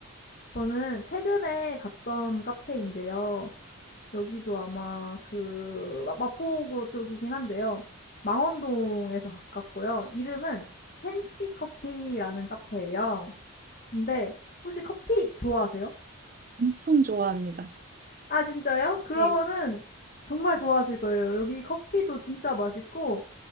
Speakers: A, on the left; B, on the right.
A: 저는 최근에 갔던 카페인데요. 여기도 아마 그 마- 마포구 쪽이긴 한데요. 망원동에서 가깝고요. 이름은 켄치 커피라는 카페예요. 근데 혹시 커피 좋아하세요?
B: 엄청 좋아합니다.
A: 아, 진짜요? 그러면은
B: 네.
A: 정말 좋아하실 거예요. 여기 커피도 진짜 맛있고